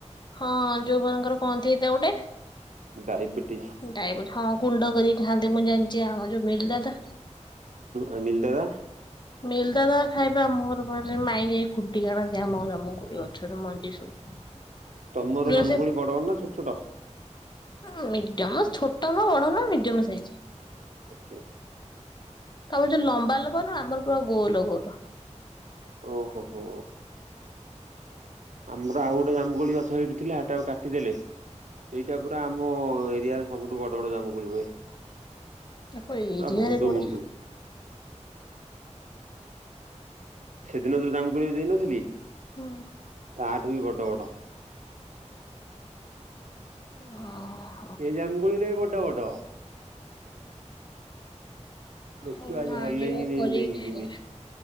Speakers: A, on the left; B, on the right.
A: ହଁ ଯୋଉ ମାନଙ୍କର କଣ ହେଇଥାଏ ତ ଗୋଟେ।
B: ଡାଇବେଟିସ
A: ଡାଇବିଟ୍ ହଁ ଗୁଣ୍ଡ କରି ଖାଆନ୍ତି ମୁଁ ଯାଣିଛି ଆମ ଯୋଉ ମିଲୁ ଦାଦା।
B: ମିିଲୁ ଦାଦା?
A: ମିଲୁ ଦାଦା ଖାଇବା ଆମ ଘରେ ବାରିରେ ମାଇଁ ଯାଇ ଖୁଣ୍ଟିିକି ଆଣାନ୍ତି ଆମ ଜାମୁକୋଳି ଗଛରୁ ମଞ୍ଜି ସବୁ।
B: ତମର
A: ଯୋଉରା
B: ଜାମୁକୋଳି
A: ସେ
B: ବଡ଼ ବଡ଼ ନା ଛୋଟ ଛୋଟ?
A: ଉଁ ମିଡି଼ୟମ ଛୋଟ ନଁ ବଡ ନଁ ମିଡିୟମ ସାଇଜି।
B: ଓକେ।
A: ତମର ଯୋଉ ଲମ୍ବା ଲମ୍ବା ନୁହଁ ଆମର ପୁରା ଗୋଲ ଗୋଲ।
B: ଓହୋ। ଆମର ଆଉ ଗୋଟେ ଜାମୁକୋଳି ଗଛ ହେଇଠି ଥିଲା ସେଟା କୁ କାଟିଦେଲେ ସେଇଟା ପୁରା ଆମ ଆମ ଏରିଆରେ ସବୁଠୁ ବଡ଼ ବଡ଼ ଜାମୁକୋଳି ହୁଏ।
A: ବାପ ଏରିଆରେ
B: ପୁରା ଭୁଣ୍ଡୁ
A: ବଡ଼।
B: ଭୁଣ୍ଡୁ। ସେଦିନ ଯୋଉ ଜାମୁକୋଳି ଦେଇନଥିଲି?
A: ହୁଁ।
B: ଆଠୁ ବି ବଡ଼, ବଡ଼।
A: ହଁ।
B: ଏଇ ଜାମୁ କୋଳିଟା ବି ବଡ ବଡ। ଦେଖିବା
A: ହଉ
B: ଆଜି
A: ନା
B: ହଲେଇକି
A: ଏ କରିରି
B: ନେଇକି ଯିମି
A: <inaudible>